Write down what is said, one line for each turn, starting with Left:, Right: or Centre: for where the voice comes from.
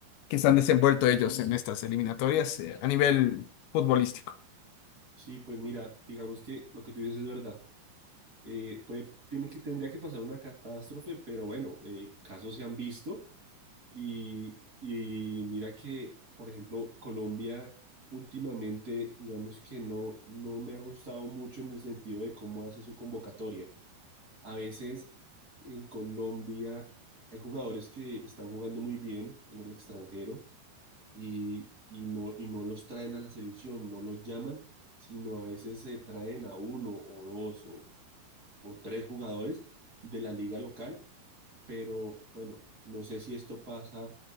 Left: que se han desenvuelto ellos en estas eliminatorias eh, a nivel futbolístico?
Right: Sí, pues mira, digamos que lo que tú dices es verdad. Eh, puede- tiene que, tendría que pasar una catástrofe, pero bueno, eh, casos se han visto Y, y mira que, por ejemplo, Colombia últimamente, digamos que no, no me ha gustado mucho en el sentido de cómo hace su convocatoria. A veces en Colombia hay jugadores que están jugando muy bien en el extranjero y, y no, y no los traen a la selección, no los llaman, sino a veces se traen a uno o dos o o tres jugadores de la liga local pero bueno, no sé si esto pasa